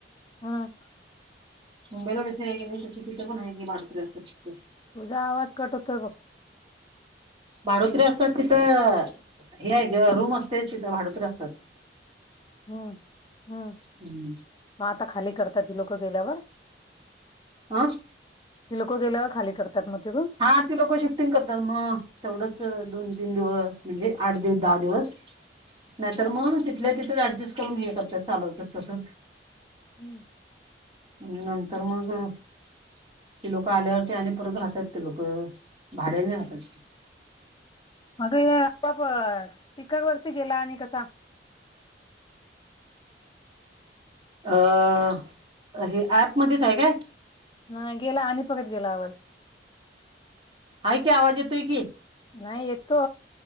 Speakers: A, on the left; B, on the right.
A: हम
B: मुंबईला कशी आहे कणी तस तिथं पण आहे की भाडोत्री असत्यात तिथ
A: तुझां आवांज कंट होतोय बघं
B: भाडोत्री असतांत तिथं हे आहे गं रूंम असतंय भाडोत्री असतांत
A: हम्मं हम्मं
B: हम्म
A: मगं आंता खाली करतांत ती लोकं गेल्यावरं
B: हं हं
A: की लोकं गेल्यावरं खाली करतांत तिथूंनचं
B: हां ते लोकं शिफ्टिंग करतांत मगं तेवढंच दोन तीनं दिवसं म्हणजे आंठ दिवसं दहा दिवसं नाहीं तरं मगं तिथल्या तिथं ऍडजस्ट करूंन हे करतांत चालवत्यांत तसं
A: हम्मं
B: आणि नंतर मगं ती लोकं आल्यांवरती आणि परतं राहतांत ते लोकं भाड्यांने राहतांत ते
A: अंग हां लॅपटॉप आंता गं स्पीकर वरती गेलां आणि कसां
B: अं हे ऍपमध्येंचं आहे कायं
A: अं, गेलां आणि परतं गेलां आवांज.
B: हांय कि आवांज येतोय की
A: नाहीं येतो